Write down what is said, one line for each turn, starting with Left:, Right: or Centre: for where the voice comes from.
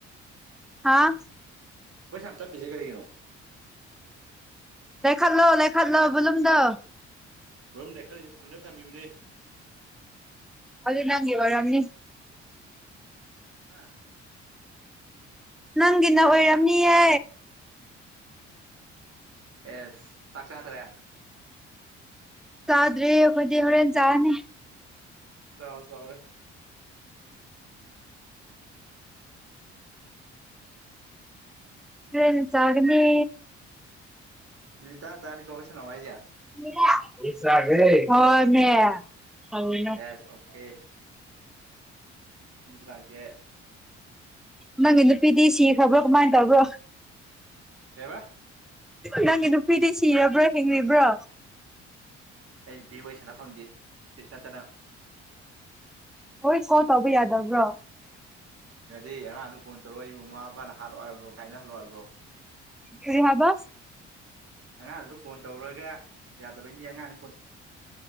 Centre: ꯍꯥꯥ
Right: ꯑꯩꯣꯏ ꯁꯝꯇꯞꯄꯤꯁꯦ ꯀꯔꯤꯒꯤꯅꯣ
Centre: ꯂꯩꯥꯏꯈꯠꯂꯣ ꯂꯩꯥꯏꯈꯠꯂꯣ ꯕꯂꯨꯝꯗ
Right: ꯃꯔꯝ ꯂꯩꯏ ꯈꯔ ꯄꯨꯟꯅ ꯊꯝꯕꯤꯕꯅꯦ
Centre: ꯑꯗꯨꯗ ꯅꯪꯒꯤ ꯑꯣꯏꯔꯥꯝꯅꯤ
Right: ꯍꯥꯥ
Centre: ꯅꯪꯒꯤꯅ ꯑꯣꯏꯔꯝꯅꯤꯌꯦ
Right: ꯑꯦꯁ ꯆꯥꯛꯆꯥꯥꯠꯇ꯭ꯔꯦ
Centre: ꯆꯥꯗ꯭ꯔꯦ ꯑꯩꯈꯣꯏꯗꯤ ꯍꯣꯔꯦꯟ ꯆꯥꯅꯤ
Right: ꯆꯥꯎ ꯆꯥꯎꯔꯦ
Centre: ꯐꯦꯁ ꯆꯒꯅꯤ
Right: ꯃꯤꯅꯤꯠ ꯇꯔꯥ ꯇꯥꯔꯥꯅꯤꯀꯣ ꯋꯥꯔꯤ ꯁꯅꯧ ꯍꯥꯏꯖꯦ
Centre: ꯍꯣꯏꯃꯦ ꯀꯔꯤꯅꯣ
Right: ꯌꯥꯁ ꯑꯣꯀꯦ ꯨꯖꯔꯥꯛꯁꯦ
Centre: ꯅꯪꯒꯤ ꯅꯨꯄꯤꯗꯤ ꯁꯤꯈ꯭ꯔꯕ꯭ꯔꯣ ꯀꯃꯥꯏꯅ ꯇꯧꯕ꯭ꯔꯣ
Right: ꯀꯩꯕ
Centre: ꯅꯪꯒꯤ ꯅꯨꯄꯤꯗꯤ ꯁꯤꯔꯕ꯭ꯔꯣ ꯍꯤꯡꯕ꯭ꯔꯣ
Right: ꯑꯩ ꯅꯨꯄꯤ ꯋꯥꯔꯤ ꯁꯥꯟꯅ ꯐꯪꯗꯦ ꯕꯤꯁꯦꯁ ꯅꯠꯇꯅ
Centre: ꯍꯣꯏ ꯀꯣꯜ ꯇꯧꯕ ꯌꯥꯗꯕ꯭ꯔꯣ
Right: ꯌꯥꯗꯦ ꯑꯉꯥꯡꯗꯨ ꯀ ꯐꯣꯟ ꯇꯧꯔꯛꯏꯕꯕꯨ ꯃꯃꯥ ꯃꯄꯥꯅ ꯍꯥꯠꯂꯛꯑꯣ ꯍꯥꯏꯕ꯭ꯔꯣ ꯀꯥꯏꯅꯍꯜꯂꯣ ꯍꯥꯏꯕ꯭ꯔꯣ
Centre: ꯀꯔꯤ ꯍꯥꯕ
Right: ꯑꯉꯥꯡꯗꯨꯗ ꯐꯣꯟ ꯇꯧꯔꯒ ꯌꯥꯗꯕꯩꯅꯤ ꯑꯉꯥꯡ